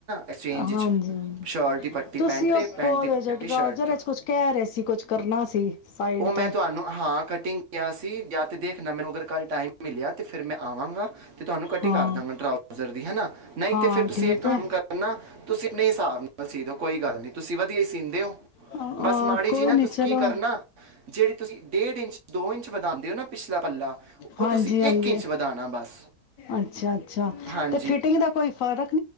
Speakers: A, on the right; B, on the left.
A: ਐਕਸਚੇਂਜ ਵਿੱਚ
B: ਹਾਂਜੀ ਹ
A: ਸ਼ਰਟ ਦੀ ਪੱਟੀ
B: ਤੁਸੀਂ
A: ਪੈਂਟ ਤੇ
B: ਉਹ
A: ਪੈਂਟ
B: ਪੋ
A: ਦੀ ਪੱਟੀ
B: ਟਾਉਜਰ
A: ਸ਼ਰਟ ਤੇ
B: ਚ ਕੁਛ ਕਹਿ ਰਹੇ ਸੀ ਕੁੱਛ ਕਰਨਾ ਸੀ ਸਾਈਡ
A: ਉਹ ਮੈਂ
B: ਤੋਂ
A: ਤੁਹਾਨੂੰ ਹਾਂ ਕਟਿੰਗ ਕਿਹਾ ਸੀ ਜਾਂ ਤੇ ਦੇਖਣਾ ਮੈਨੂੰ ਅਗਰ ਕੱਲ ਟਾਈਮ ਮਿਲਿਆ ਤੇ ਫੇਰ ਮੈਂ ਆਵਾਂਗਾ ਤੇ ਤੁਹਾਨੂੰ ਕਟਿੰਗ
B: ਹਾਂ
A: ਕਰ ਦਾਂਗਾ ਟਾਊਜਰ ਦੀ ਹੈ ਨਾ ਨਹੀਂ
B: ਹਾਂ
A: ਤੇ ਫੇਰ ਤੁਸੀਂ
B: ਠੀਕ
A: ਇੱਕ ਕੰਮ
B: ਹੈ
A: ਕਰਨਾ ਤੁਸੀਂ ਨਹੀਂ ਹਿਸਾਬ ਨਾਲ ਸੀਦੋ ਕੋਈ ਗੱਲ ਨਹੀਂ ਤੁਸੀਂ ਵਧੀਆ ਹੀ ਸੀਂਦੇ ਹੋ
B: ਅ
A: ਬਸ ਮਾੜੀ
B: ਕੋਈ
A: ਜੀ ਨਾ
B: ਨੀ
A: ਤੁਸੀਂ
B: ਚਲੋ
A: ਕੀ ਕਰਨਾ ਜਿਹੜੀ ਤੁਸੀਂ ਡੇਢ ਇੰਚ ਦੋ ਇੰਚ ਵਧਾਉਂਦੇ ਹੋ ਨਾ ਪਿਛਲਾ ਪੱਲਾ
B: ਹਾਂਜੀ
A: ਉਹ ਤੁਸੀਂ
B: ਹਾਂਜੀ
A: ਇੱਕ ਇੰਚ ਵਧਾਉਣਾ ਬਸ
B: ਅੱਛਾ ਅੱਛਾ
A: ਹਾਂਜੀ।
B: ਤੇ ਫਿਟਿੰਗ ਦਾ ਕੋਈ ਫ਼ਰਕ